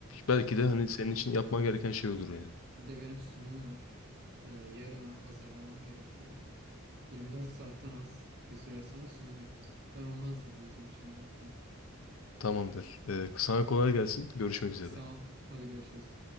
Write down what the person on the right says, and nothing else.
olur.
Hat-
bir de benim sunum var. Ee, yarına hazırlamam gerekiyor. 24 saatten az bir süre sonra sunum yapacağım. Ben onu hazırlayacağım şimdi hatta.
Sağ ol. Hadi görüşürüz.